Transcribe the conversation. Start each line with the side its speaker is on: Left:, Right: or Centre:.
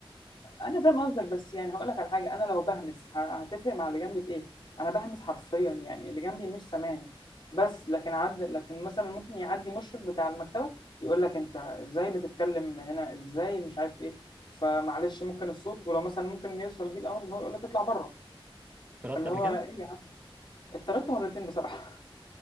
Left: انا فاهم قصدك بس يعني هقول لك على حاجه انا لو بهمس ه- هتفرق مع اللي جنبي في ايه انا بهمس حرفيا يعني اللي جنبي مش سامعني بس لكن عد لكن مثلا ممكن يعدي مشرف بتاع المكتبه يقول لك انت ازاي بتتكلم هنا ازاي مش عارف ايه فمعلش ممكن الصوت ولو مثلا ممكن يوصل بيه الامر ان هو يقول لك اطلع بره
Right: اتطردت
Left: اللي
Right: قبل
Left: هو
Right: كده
Left: ايه اتطردت مرتين بصراحه